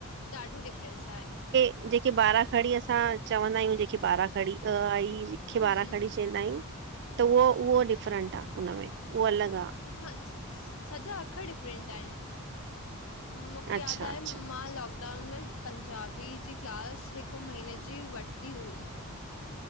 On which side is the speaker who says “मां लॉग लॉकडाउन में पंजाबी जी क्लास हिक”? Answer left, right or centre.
Left